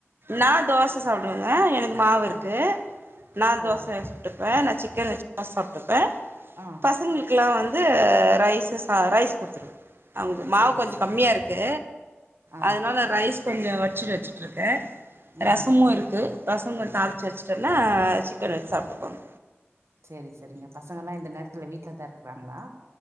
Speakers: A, on the right; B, on the right.
A: நா தோச சப்புடுவேங்க ஹ எனக்கு மாவு இருக்கு
B: ஆ
A: நா
B: ஓ
A: தோச சுட்டுப்பே பே நா சிக்கன் வெச்சி தௌச சாப்டுப்பே
B: ஆ
A: பசங்களுக்கெல்லாம் வந்து வந்து ரைஸ் சா கூடுத்துருவே அவுங்க மாவு
B: சேரி
A: கொஞ்சோ
B: சேரிங்க
A: கம்மியா இருக்கு
B: ஆ
A: அதனால ரைஸ் கொஞ்சோ <unintelligible> இருகே
B: ம்
A: ரசமும் இருக்கு ரசோ கொஞ்சோ தாலிச்சி வெச்சுட்டோன்னா சிக்கன் வெச்சு சாப்டுபாங்க
B: சேரி சேரிங்க பசங்க எல்லா இந்த நேரத்துல வீட்டு்லதா இருக்குறாங்களா